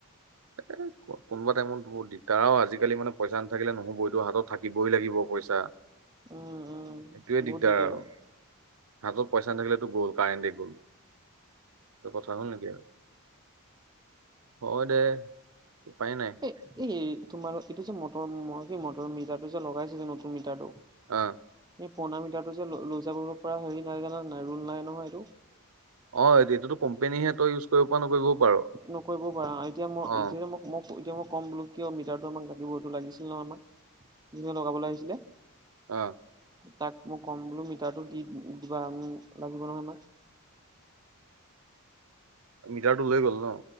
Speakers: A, on the right (about 70°); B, on the right (about 20°).
A: এ কোনোবা টাইমত বৰ দিগদাৰ অ আজিকালি মানে পইচা নাথাকিলে নহব এইটো হাতত থাকিবই লাগিব পইচা।
B: উম-উম
A: এইটোৱে
B: বহুত দিগদাৰ।
A: আৰু হাতত পইচা নাথাকিলেটো গ'ল কাৰেণ্টে গ'ল এই কথা হ'ল নেকি আৰু। অ দে। উপায় নাই
B: এ এ তোমাৰ এইটো যে মটৰ কি মটৰ মিটাৰটো যে লগাইছে যে নতুন মিটাৰটো
A: আহ
B: পুৰণা মিটাৰটো যে লৈ যাব পৰা হেৰি নাই জানাই ৰল নাই নহয় এইটো
A: অ', এইটো‌ টো কম্পেনীহে তই ইউজ', কৰিব পৰা নকৰিবও পাৰ
B: নকৰিবও পাৰোঁ, আ', এতিয়া মই
A: অ
B: এতিয়া মোক- মোক এতিয়া মোক', কম বোলো কিয় মিটাৰটো আমাক লাগিব, এইটো লাগিছিল ন আমাক যোনে লগাবলৈ আহিছিলে',
A: আহ',
B: তাক মই ক'ম বোলো মিটাৰটো দি দিবা লাগিব নহয় আমাক',
A: মিটাৰটো লৈ গ'ল ন?